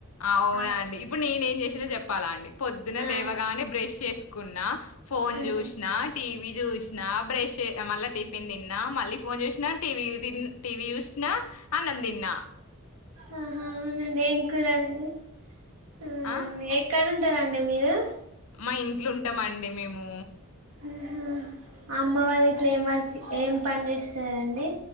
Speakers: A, on the left; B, on the right.
A: అవునా
B: ఆ
A: అండి ఇప్పుడు నేనే. చేసినో చెప్పాలా అండి. పొద్దున
B: ఆ
A: లేవగానే బ్రష్ చేసుకున్నా ఫోన్
B: ఆ
A: చూసిన. టీవీ చూసినా బ్రష్ చే మళ్ళా టిఫిన్ తిన్నా మళ్ళీ ఫోన్ చూసిన టీవీ చు తిన్. టీవీ చూసిన్న అన్నం తిన్న.
B: ఆహ్. అవునండి. ఏం కూరండి అవున
A: ఆ!
B: ఎక్కడ. ఎడుంటారండి మీరు.
A: మా ఇంట్లో ఉంటామండి మేము.
B: ఉమ్ అమ్మ వాళ్ళు ఇట్ల ఏం వర్క్ ఏం పని చేస్తారండి.